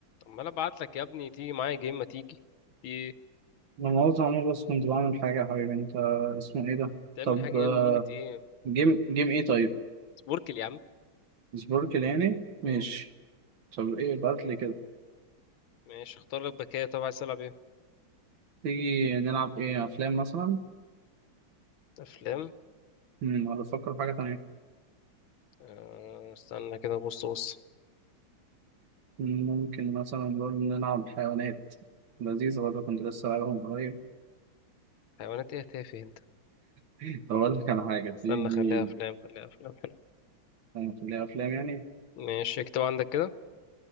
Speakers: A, on the left; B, on the right.
A: عمال ابعت لك يا ابني تيجي معايا جيم ما تيجي في ايه
B: أنا مؤاخذة يا عمور بس كنت بعمل حاجة يا حبيبي أنت اسمه إيه ده؟
A: تعمل
B: طب
A: حاجه
B: آه،
A: ايه ونيلة ايه
B: جيم جيم إيه طيب؟
A: سبوركل يا عم
B: سبوركل يعني؟ ماشي
A: اه
B: طب إيه بعتلي كده
A: ماشي اختار لك بكايه طب عايز تلعب ايه
B: تيجي نلعب إيه أفلام مثلا؟
A: افلام
B: مم، ولا أفكر في حاجة تانية؟
A: آه استنى كده بص بص
B: ممكن مثلا نقول نلعب حيوانات لذيذة برضه كنت لسه لعبهم قريب
A: حيوانات ايه تافه انت
B: <laughs> طب أقول لك على حاجة
A: استنى
B: تيجي
A: خليها افلام خليها افلام حلو
B: نخليها أفلام يعني
A: ماشي اكتب عندك كده